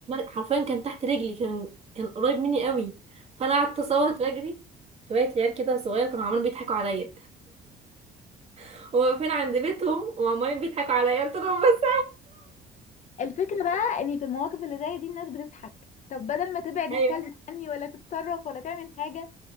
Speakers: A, on the right (about 40°); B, on the left (about 45°).
A: حرفيا كان تحت رجلي كان كان قريب مني قوي فأنا قعدت أصوت وأجري شوية عيال كده صغيرة كانوا عمالين بيضحكوا عليا <laughs> وواقفين عند بيتهم وعمالين بيضحكوا عليا قلت لهم بس
B: الفكرة بقى ان في المواقف اللي زي دي الناس بتضحك طب بدل ما تبعد الكلب
A: <laughs> أيوه
B: عني ولا تتصرف ولا تعمل حاجة